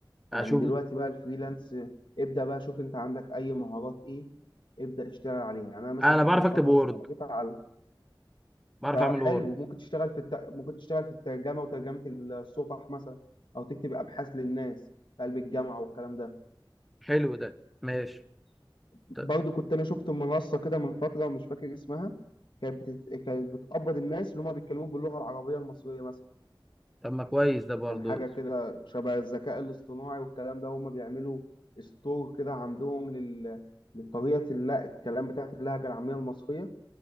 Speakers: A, in the centre; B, on the left.
A: اشوف
B: يعني دلوقتي بقى الفريلانس ابدا بقى شوف انت عندك اي مهارات ايه ابدا اشتغل عليها يعني انا مثلا
A: انا
B: كنت
A: بعرف
B: من
A: اكتب
B: فتره
A: وورد
B: كده قريت على
A: بعرف
B: تع-
A: اعمل وورد
B: حلو ممكن تشتغل في الت... ممكن تشتغل في الترجمة وترجمة الصفح مثلا أو تكتب أبحاث للناس في قلب الجامعة والكلام ده
A: حلو ده ماشي
B: برضو
A: ط-
B: كنت أنا شفت منصة كده من فترة مش فاكر اسمها كانت بتت... كانت بتقبض الناس اللي هم بيتكلموا باللغة العربية المصرية مثلا
A: طب ما كويس ده برضو
B: كان حاجة كده شبه الذكاء الاصطناعي والكلام ده هم بيعملوا ستور كده عندهم لل... لطريقة الل- الكلام بتاعت اللهجة العامية المصرية